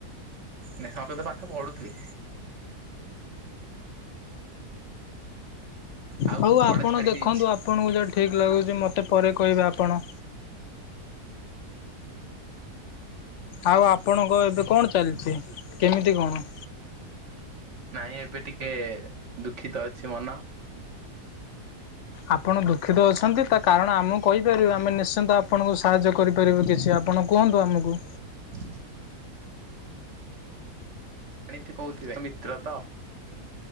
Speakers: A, on the right (about 50°); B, on the left (about 60°).
A: ନାଇଁ ସଂସ୍କୃତ ପାଠ ପଢୁଥିଲି। ଆଉ
B: ହଉ
A: ପଢା
B: ଆପଣ
A: ଛାଡି
B: ଦେଖନ୍ତୁ
A: ଦେଇଛି।
B: ଆପ। ଆପଣଙ୍କୁ ଯା ଠିକ୍ ଲାଗୁଛି ମୋତେ ପରେ କହିବେ ଆପଣ। ଆଉ ଆପଣଙ୍କ ଏବେ କଣ ଚାଲିଛି କେମିତି କଣ?
A: ନାଇଁ ଏବେ ଟିକେ ଦୁଃଖିତ ଅଛି ମନ।
B: ଆପଣ ଦୁଖିତ ଅଛନ୍ତି ତା କାରଣ ଆମକୁ କହିପାରିବେ ଆମେ ନିଶ୍ଚିନ୍ତ ଆପଣଙ୍କୁ ସାହାଯ୍ୟ କରିପାରିବୁ କିଛି ଆପଣ କୁହନ୍ତୁ ଆମକୁ।
A: ହ ଏଣିତି କହୁଥିବେ ମିତ୍ର ତ।